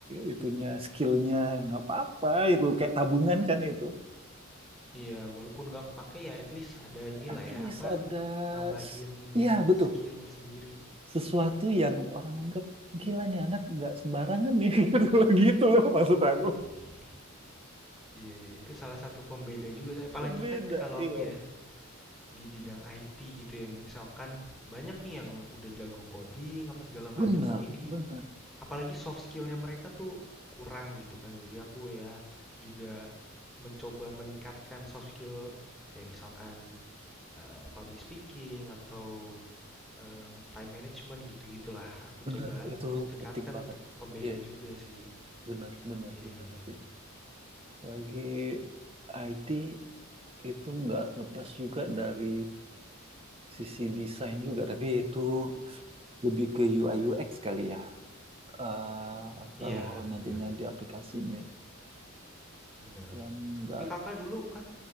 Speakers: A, on the right; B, in the centre.
A: itunya skillnya nggak apa-apa itu kayak tabungan kan itu.
B: Iya, walaupun nggak kepake ya at least ada inilah
A: At
B: ya,
A: least
B: apa,
A: ada
B: nambahin
A: s- iya betul
B: skill sendiri.
A: sesuatu yang orang anggap gila nih anak nggak sembarangan nih <laughs> gitu loh gitu loh maksud aku
B: <laughs> Iya, iya, itu salah satu pembeda juga saya. Apalagi
A: Beda,
B: kan kalau
A: iya.
B: aku ya, di bidang IT gitu ya, misalkan banyak nih yang udah jago coding apa segala
A: Bener,
B: macem, tapi di,
A: bener.
B: apalagi soft skillnya mereka tuh kurang gitu kan. Jadi aku ya juga mencoba meningkatkan soft skill kayak misalkan eh, public speaking atau em, time management gitu-gitulah aku
A: Bener,
B: coba
A: itu
B: untuk tingkatkan
A: penting banget.
B: untuk pembeda
A: Iya,
B: juga sih
A: bener, bener,
B: iya
A: bener.
B: iya
A: Tapi
B: iya
A: lagi IT itu nggak lepas juga dari sisi desain juga, tapi itu lebih ke UI UX kali ya. Eh, kalau
B: iya
A: nantinya
B: bener
A: di aplikasinya ya.
B: bener
A: dan nggak,
B: tapi kakak dulu kan